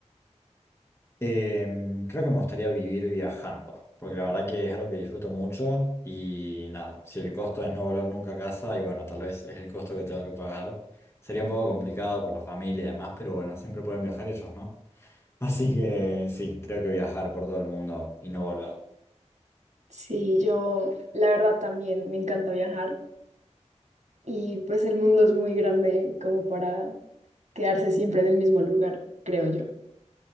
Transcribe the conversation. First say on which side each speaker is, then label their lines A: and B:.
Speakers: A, on the left; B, on the right.
A: Em, creo que me gustaría vivir viajando, porque la verdad que es algo que disfruto mucho y nada, si el costo es no volver nunca a casa y bueno, tal vez es el costo que tengo que pagar, sería un poco complicado por la familia y demás, pero bueno, siempre pueden viajar ellos, ¿no? <laughs> Así que sí, creo que viajar por todo el mundo y no volver.
B: Sí, yo la verdad también me encanta viajar y pues el mundo es muy grande como para quedarse siempre en el mismo lugar, creo yo.